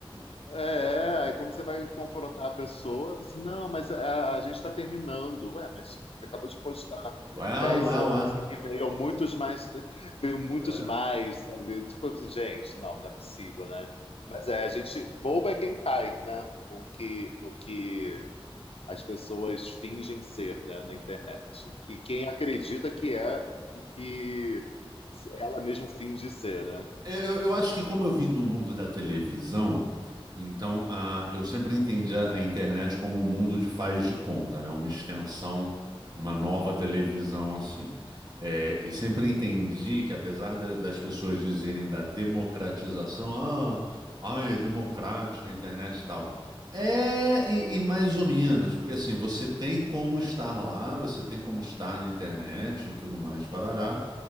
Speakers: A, on the right; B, on the left.
A: <laughs>
B: é. Aí quando você vai confrontar a pessoa, você, não, mas a, a gente está terminando. Ué, mas você acabou de postar
A: Well,
B: 10
A: well,
B: anos e que veio muitos mais, <laughs> veio muitos
A: uau.
B: mais, sabe? Tipo assim, gente, não, não é possível, né? Mas é, a gente, bobo é quem cai, né? O que, o que as pessoas fingem ser, né, na internet. E quem acredita que é o que ela mesma finge ser, né?
A: É, Eu, eu acho que como eu vim do mundo da televisão, então a, eu sempre entendi a, a internet como um mundo de faz de conta, né? Uma extensão, uma nova televisão assim. É, e sempre entendi que apesar da- das pessoas dizerem da democratização, ah, ai, é democrática a internet e tal. É, e, e mais ou menos, porque assim, você tem como estar lá, você tem como estar na internet e tudo mais, parará.